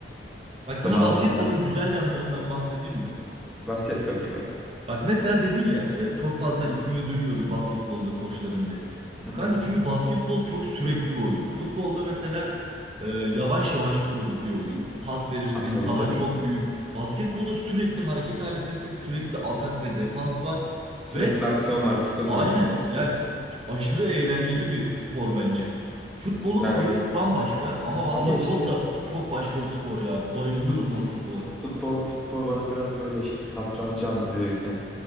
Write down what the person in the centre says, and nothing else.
kıvamında.
Bahset bakayım hadi.
Hı hı.
Ay tabii
canım.
Sürekli
aksiyon var, sıkılmıyorsun
diyorsun.
Yani
ama işte
fut,
fut- futbol futbol bana biraz böyle işte satrancı andırıyor o yüzden.